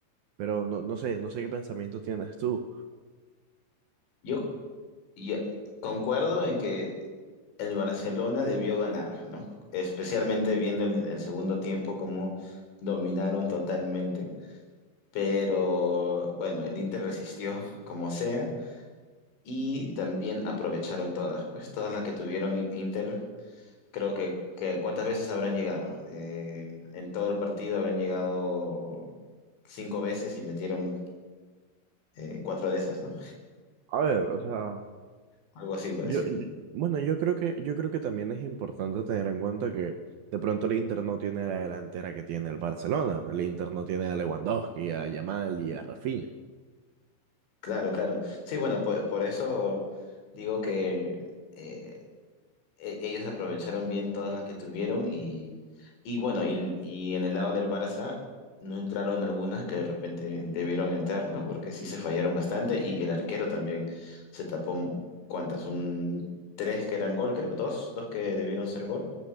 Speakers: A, on the right; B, on the left.
A: Pero no, no sé, no sé qué pensamiento tienes tú.
B: Yo, y- concuerdo en que el Barcelona debió ganar, ¿no? Especialmente viendo el, el segundo tiempo, cómo dominaron totalmente. Pero bueno, el Inter resistió como sea y también aprovecharon todas, pues todas las que tuvieron Inter Creo que, que ¿cuántas veces habrán llegado? Eh, en todo el partido habrán llegado cinco veces y metieron eh, cuatro de esas, ¿no?
A: A ver, o sea.
B: Algo así parecido.
A: Yo, yo- bueno, yo creo que, yo creo que también es importante tener en cuenta que de pronto el Inter no tiene la delantera que tiene el Barcelona. El Inter no tiene a Lewandowski, a Yamal y a Rafinha.
B: Claro, claro. Sí, bueno, por, por eso digo que eh, e- ellos aprovecharon bien todas las que tuvieron y, y bueno, y, y en el lado del Barça no entraron algunas que de repente debieron entrar, ¿no? Porque sí se fallaron bastante y el arquero también se tapó, ¿cuántas? Un tres que eran gol, creo, dos, dos que debieron ser gol.